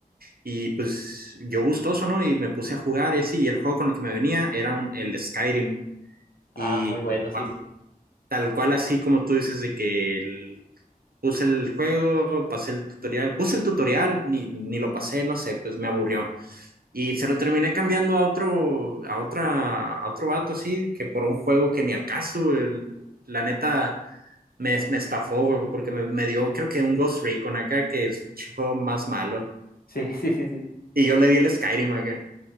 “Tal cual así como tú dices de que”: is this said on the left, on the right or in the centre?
Right